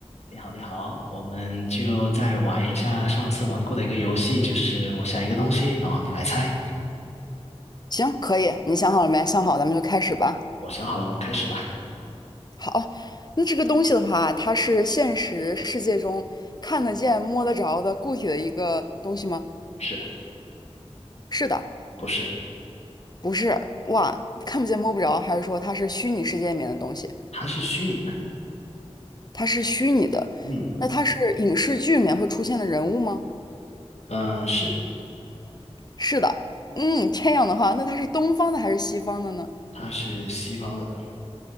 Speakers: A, on the left (about 80°); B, on the left (about 40°).
A: 你好，你好，我们就再玩一下上次玩过的一个游戏，就是我想一个东西，然后你来猜。
B: 行，可以，你想好了没？想好，咱们就开始吧。
A: 我想好了，我们开始吧。
B: 好，那这个东西的话，它是现实世界中看得见、摸得着的固体的一个东西吗？
A: 是
B: 是的，
A: 不是？
B: 不是。哇，看不见、摸不着，还是说它是虚拟世界里面的东西？
A: 它是虚拟的。
B: 它是虚拟的，
A: 嗯
B: 那它是影视剧里面会出现的人物吗？
A: 嗯、呃是，
B: 是的。嗯，这样的话，那它是东方的还是西方的呢？
A: 它是西方的。